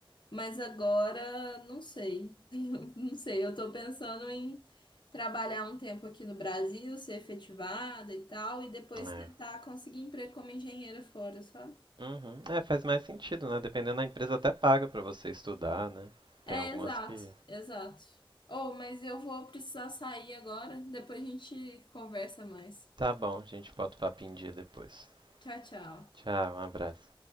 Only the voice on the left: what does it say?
Mas agora, não sei. <laughs> Não sei, eu tô pensando em trabalhar um tempo aqui no Brasil, ser efetivada e tal, e depois
tentar conseguir emprego como engenheira fora, sabe?
É,
exato,
exato. Oh, mas eu vou precisar sair agora, depois a gente conversa mais.
Tchau, tchau.